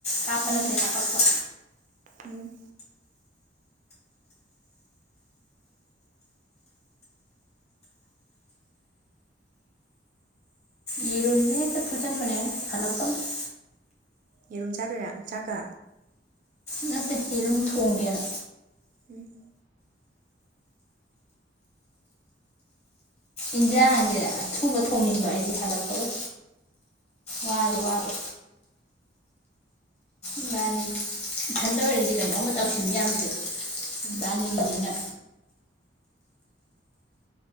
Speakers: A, on the left; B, on the right.
A: ꯀꯥꯞꯄ
B: ꯎꯝ
A: ꯅꯠꯇꯦ ꯍꯥꯞꯄꯛꯄ
B: ꯎꯝ
A: ꯌꯦꯔꯨꯝꯖꯦ ꯍꯦꯛꯇ ꯐꯨꯠꯆꯟꯕꯅꯦ ꯑꯩꯅ ꯍꯜꯂꯛꯄꯒ
B: ꯌꯦꯔꯨꯝ ꯆꯥꯗꯣꯏꯔꯥ ꯆꯥꯛꯀ
A: ꯅꯠꯇꯦ ꯌꯦꯔꯨꯝ ꯊꯣꯡꯒꯦꯅ
B: ꯎꯝ
A: ꯏꯟꯖꯥꯡꯖꯦ ꯑꯊꯨꯕ ꯊꯣꯡꯅꯤꯡꯕ ꯑꯩꯗꯤ ꯍꯜꯂꯛꯄꯒ ꯋꯥꯖꯨ ꯋꯥꯕ ꯏꯕꯥꯅꯤ ꯏꯊꯟꯇ ꯑꯣꯏꯔꯗꯤ ꯀꯩꯅꯣꯝꯃ ꯇꯧꯁꯤꯟ ꯌꯥꯕꯖꯦ
B: ꯎꯝ
A: ꯏꯕꯥꯅꯤꯒꯤꯅꯤꯅ